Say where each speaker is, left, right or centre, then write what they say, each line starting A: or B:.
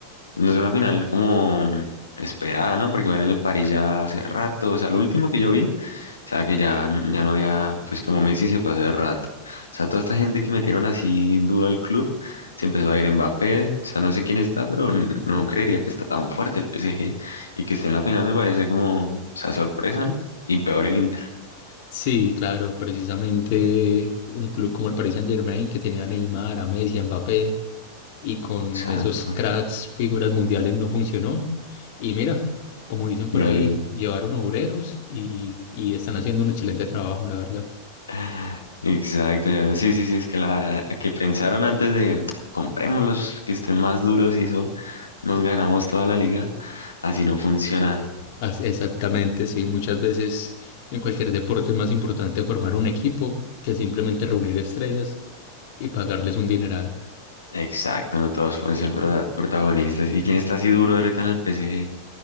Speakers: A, on the left; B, on the left.
A: No es una final como esperada, ¿no? Porque van en el París ya hace rato, o sea, lo último que yo vi, o sea, que ya, ya no había, pues como Messi se fue hace rato. O sea, toda esta gente que metieron así duro al club, se empezó a ir Mbappé, o sea, no sé quién está, pero n- no creería que está tan fuerte el PSG y que esté en la final me parece como, o sea, sorpresa, ¿no? Y peor el Inter.
B: Sí, claro, precisamente un club como el Paris Saint-Germain que tenía a Neymar, a Messi, a Mbappé y con
A: Exacto.
B: esos cracks, figuras mundiales no funcionó. Y mira, como dicen por
A: Y ahorita.
B: ahí, llevaron obreros y, y están haciendo un excelente trabajo, la verdad.
A: <laughs> Exacto, ya. Sí, sí, sí, es que la, la que pensaron antes de compremos los que estén más duros y eso nos ganamos toda la liga. Así no funciona.
B: As- Exactamente, sí. Muchas veces en cualquier deporte es más importante formar un equipo que simplemente reunir estrellas y pagarles un dineral.
A: Exacto, no todos pueden ser prota- protagonistas. ¿Y quién está así duro ahorita en el P. PSG?